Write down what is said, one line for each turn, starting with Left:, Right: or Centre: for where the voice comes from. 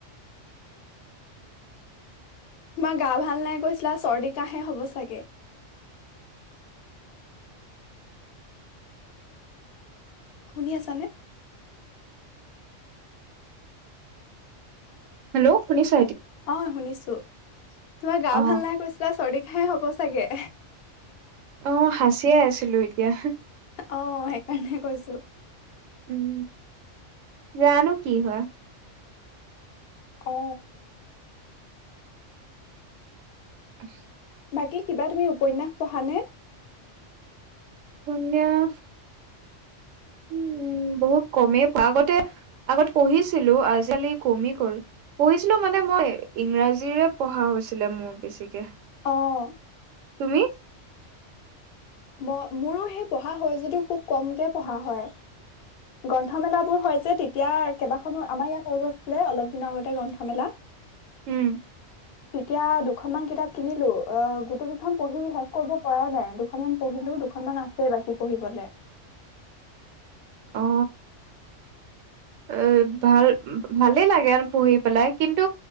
Left: তোমাৰ গা ভাল নাই কৈছিলা চৰ্দিক কাহে হ'ব চাগে শুনি আছানে
Right: হেল্' শুনিছ
Left: অ শুনিছো ত তোমাৰ গা
Right: অ
Left: ভাল নাই কৈছিলা শৰিক খাই হ'ব চাগে
Right: অ সাঁচিয়ে আছিলো এতিয়া
Left: অ সেইকাৰণে কৈছোঁ
Right: উম জানো কি হয়
Left: অ
Right: <unintelligible>
Left: বাকী কিবা তুমি উপন্যাস পঢ়ানে
Right: উপন্যাস উম বহুত কমেই আগতে আগতে পঢ়িছিলো আজিকালি কমি গল পঢ়িছিলো মানে মই ইংৰাজীৰে পঢ়া হৈছিলে মোৰ বেছিকে
Left: অঁ
Right: তুমি
Left: ম মোৰো সেই পঢ়া হয় যদিও খুব কমকে পঢ়া হয় গ্ৰন্থমেলাবোৰ যে তেতিয়া কেইবাখনো আমাৰ ইয়াত হৈ গৈছিলে অলপ দিনৰ আগতে গ্ৰন্থমেলা
Right: উম
Left: তেতিয়া দুখনমান কিতাপ কিনিলো অ গোটেই কেইখন পঢ়ি শেষ কৰিব পৰাই নাই দুখনমান পঢ়িলো দুখনমান আছেই বাকী পঢ়িবলে
Right: অ এ ভাল ভালেই লাগে পঢ়ি পেলাই কিন্তু